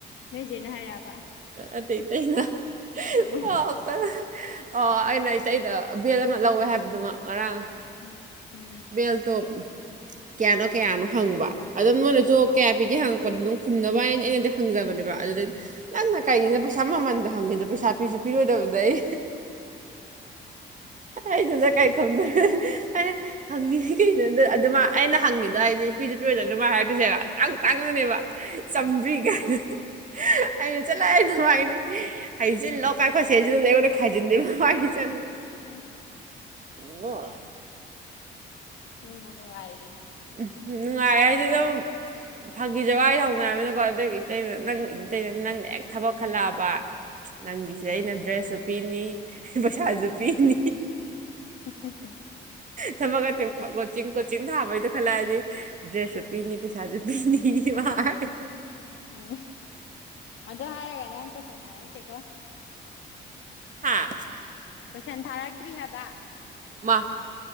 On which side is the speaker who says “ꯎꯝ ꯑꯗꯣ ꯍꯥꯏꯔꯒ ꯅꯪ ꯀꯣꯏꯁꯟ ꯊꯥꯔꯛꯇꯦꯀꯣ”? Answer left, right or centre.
Left